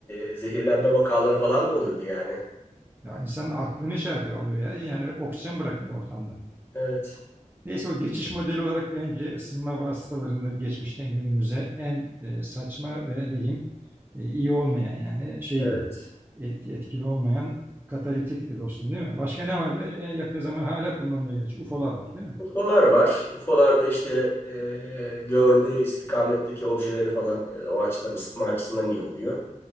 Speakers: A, on the left; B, on the right.
A: e, zehirlenme vakaları falan da oluyordu yani.
B: Ya insanın aklını şey yapıyor, alıyor ya. Yani oksijen bırakmıyor ortamda.
A: Evet.
B: Neyse o geçiş modeli olarak bence ısınma vasıtalarında geçmişten günümüze en e, saçma ve ne diyeyim e, iyi olmayan yani şeydi.
A: Evet.
B: Etki, etkili olmayan katalitikti dostum değil mi? Başka ne vardı? En yakın zaman hala kullanılıyor gerçi. UFO'lar var değil mi?
A: UFO'lar var. UFO'larda işte e, gördüğü istikametteki objeleri falan e, o açıdan ısıtma açısından iyi oluyor.